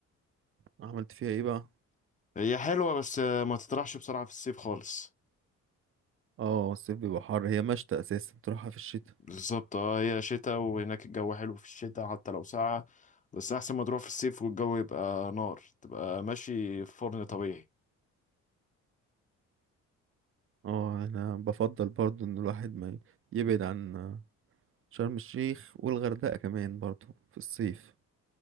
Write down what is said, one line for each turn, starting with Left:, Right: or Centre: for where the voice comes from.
Right: عملت فيها ايه بقى
Left: هي حلوة بس آه، ما تطرحش بسرعة في الصيف خالص
Right: اه الصيف بيبقى حر هي مشتى اساسا تروحها في الشتاء
Left: بالظبط اه هي شتاء وهناك الجو حلو في الشتاء حتى لو ساقعة بس أحسن ما تروح في الصيف والجو يبقى نار تبقى ماشي في فرن طبيعي
Right: اه انا بفضل برضو ان الواحد ما يبعد عن شرم الشيخ والغردقة كمان برضو في الصيف